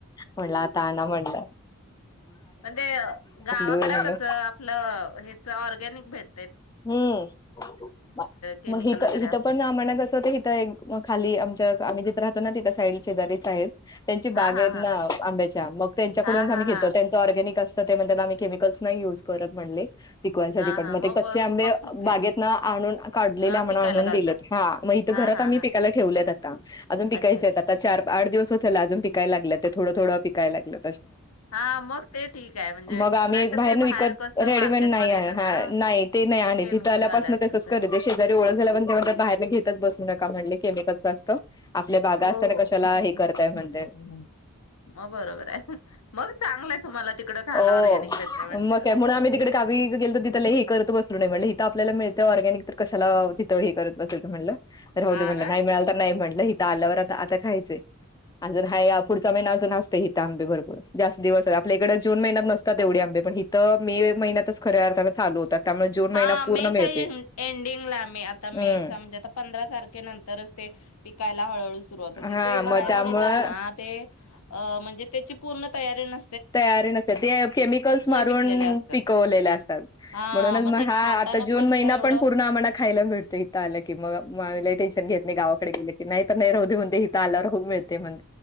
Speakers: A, on the left; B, on the left.
A: म्हणलं आता आना म्हणलं
B: म्हणजे गावाकड
A: होय म्हणलं.
B: कस आपलं हे च ऑरगॅनिक भेट
A: हम्म
B: केमिकल
A: मग हिथ
B: वगैरे
A: हिथ
B: असते
A: पण
B: सगळं
A: आम्हाण कसं होतं हिथं खाली आमच्या आम्ही जिथं राहतो ना तिथं साईड शेजारीच आहेत त्यांची
B: हा
A: बाग
B: हा
A: आहेत
B: हा
A: ना आंब्याच्या मग त्यांच्याकडूनच
B: हा हा
A: आम्ही
B: हा
A: घेतो त्यांच ऑर्गॅनिक असत तर ते म्हणतात आम्ही केमिकल्स नाही युज करत म्हणले पिकवायसाठी
B: हा
A: पण
B: हा
A: मग ते कच्चे
B: ब-
A: आंबे
B: मग ठीक आहे
A: बागेत ना आणून काढलेले
B: अ,
A: आमणा
B: पिकायला
A: आणून
B: घालतात
A: दिलेत हा मग इथे
B: हा
A: घरात
B: हा
A: आम्ही
B: हा
A: पिकायला ठेवलेत अजून पिकायच्या
B: अच्छा अच्छा
A: आता चार आठ दिवस हो आजुन पिकाय लागलं ते थडं थोडं पिकाय लागलं
B: हा मग ते ठीक आहे म्हणजे
A: मग आम्ही
B: नाही तर
A: बाहेरनं
B: ते बाहेर
A: विकत
B: कसं
A: रेडीमेड
B: मार्केटमध्ये
A: नाही आण
B: येतात
A: हा
B: ना
A: नाही ते नाही आणित
B: केमिकल
A: तिथं आल्यापासून
B: वाल्या असतस
A: तेसच करत तेे शेजारी ओळख झाल्या पासून ते म्हणतात बाहेरने घेतच बसू नका केमकल च त असत आपल्या बागा
B: हो
A: असताना कशाला
B: हो त्यासारखं
A: हे करताय
B: त्यांना
A: म्हणतय
B: हे करता येणार. मग बरोबर आहे मग चांगलंय तुम्हाला तिकड खायला
A: ओ
B: ऑर्गॅनिक भेटतय म्हटल्यावर
A: मग काय म्हणून आम्ही तिकडे गावी गेलो तिथ लय हिकरत ब म्हटं आपल्याला मिळतं ऑरगॅनिक तर कशाला तथं हे करत बसायचं म्हटलं होऊ
B: हा
A: दे म्हटलं
B: ना
A: नाही मिळाल तर नाही म्हटलं दाल्यावर आता आता खायचंय अजून हा पुढचा महिना अजून असतो हिं आंबे भरोपर जास्त दिवस आपल्याकडे जून महिन्यात नसतात एवढे आंबे पण हिथं मे महिन्यातच खऱ्या अर्थानं चालू होतात त्यामुळे जून
B: हा
A: महिना पूर्ण
B: मेच्या
A: मिळते
B: एंडिंगला मी आता मे
A: हम्म
B: चा म्हणजे आता पंधरा तारखेनंतरच ते पिकायला हळूहळू सुरवात हो
A: हा
B: ते बाहेरून
A: मग त्यामुळं
B: येतात ना ते म्हणजे त्या पूर्ण तयारी न
A: तयारी न ते केमिकल्स मारून
B: पिकलेले असतात
A: पिकवलेले असतात
B: हा
A: म्हणून
B: मग ते
A: हा
B: खाताना
A: आता जून महिना
B: काय एवढं
A: पण पूर्ण आम्हाला खायला भळतो इथं आलं कि मग मा टेन्शन घेत नाही गावाकडे गेले की नाही तर नाही राहते म्हण ते हि आलावर होऊळते म्हण